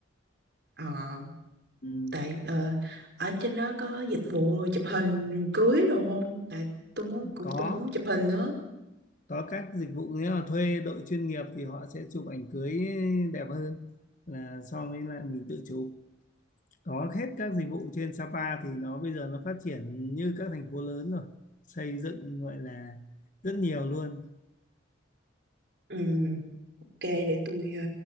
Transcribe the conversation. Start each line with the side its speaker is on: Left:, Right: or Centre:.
Right: Ờ.
Left: ừ.
Right: tại ờ, ở trên đó có dịch vụ chụp hình cưới đồ không tại tôi muốn cũng
Left: có
Right: tôi cũng muốn chụp hình nữa
Left: có các dịch vụ nếu mà thuê đội chuyên nghiệp thì họ sẽ chụp ảnh cưới đẹp hơn là so với lại mình tự chụp có hết các dịch vụ trên Sapa thì nó bây giờ nó phát triển như các thành phố lớn rồi xây dựng gọi là rất nhiều luôn
Right: ừ, ok để tôi ờ,